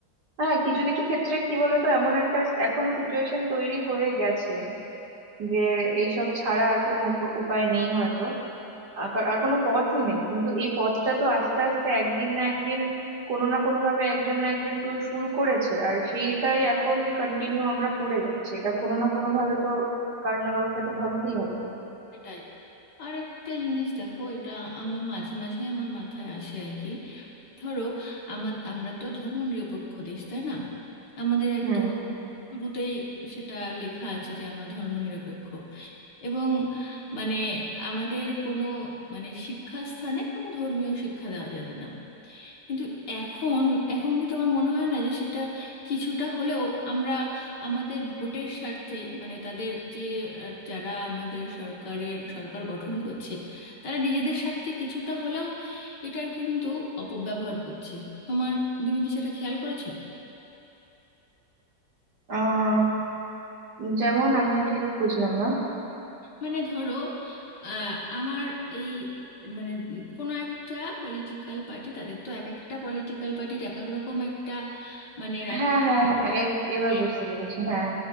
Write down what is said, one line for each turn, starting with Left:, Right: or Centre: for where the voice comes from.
Right: আর হ্যাঁ কিছু কিছু ক্ষেত্রে কি বলতো এমন একটা স- এখন সিচুয়েশন তৈরি হয়ে গেছে যে এইসব ছাড়া আর কোনো উপ- উপায় নেই হয়তো আর কার- আর কোনো পথই নেই কিন্তু এই পথটা তো আস্তে আস্তে একদিন না একদিন কোনো না কোনো ভাবে একজন না একজন কেউ শুরু করেছে আর সেইটাই এখন কন্টিনিউ আমরা করে যাচ্ছি এটা কোনো না কোনো ভাবে তো কারো না কারোকে তো ভাবতেই হবে
Left: সেটাই আর একটা জিনিস দেখো এটা আমার মাঝে মাঝে আমার মাথায় আসে আর কি ধরো আমার আমরা তো ধর্ম নিরপেক্ষ দেশ তাই না আমাদের একদম
Right: হুম
Left: শুরুতেই সেটা লেখা আছে যে আমরা ধর্ম নিরপেক্ষ এবং মানে আমাদের কোনো মানে শিক্ষাস্থানে কোনো ধর্মীয় শিক্ষা দেওয়া যাবে না কিন্তু এখন এখন কি তোমার মনে হয় না যে সেটা কিছুটা হলেও আমরা আমাদের ভোটের স্বার্থে মানে তাদের যে আহ, যারা আমাদের সরকারের সরকার গঠন করছে তারা নিজেদের স্বার্থে কিছুটা হলেও এটার কিন্তু অপব্যবহার করছে তোমার তুমি কি সেটা খেয়াল করেছো
Right: আহ যেমন আমি ঠিক বুঝলাম না
Left: মানে ধরো আহ, আমার এই মানে কোনো একটা পলিটিক্যাল পার্টি তাদের তো এক একটা পলিটিক্যাল পার্টির এক এক রকম একটা মানে
Right: হ্যাঁ হ্যাঁ হ্যাঁ এ-
Left: রাজনৈতিক
Right: এবার বুঝতে পেরেছি হ্যাঁ